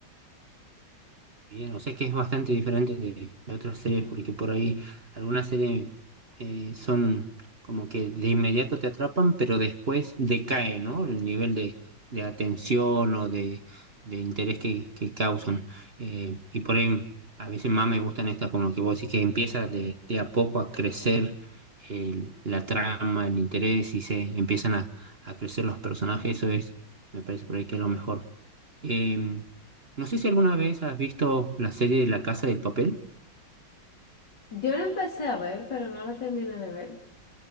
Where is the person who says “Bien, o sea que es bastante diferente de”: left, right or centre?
Right